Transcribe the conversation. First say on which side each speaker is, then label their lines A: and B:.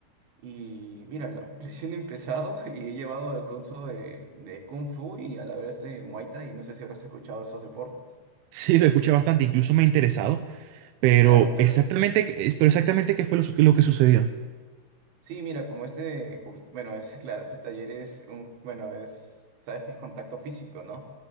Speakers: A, on the right; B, on the right.
A: y mira, la- <laughs> recién he empezado y he llevado al curso de, de Kung Fu y a la vez de Muay Thai y no sé si habrás escuchado esos deportes.
B: Sí, lo escuché bastante, incluso me ha interesado, pero
A: Claro, claro.
B: exactamente,
A: es-
B: qué- pero exactamente qué fue lo, su- lo que sucedió.
A: Sí, mira, como este curso, bueno, es <laughs> claro, ese taller es un, bueno, es, sabes que es contacto físico, ¿no?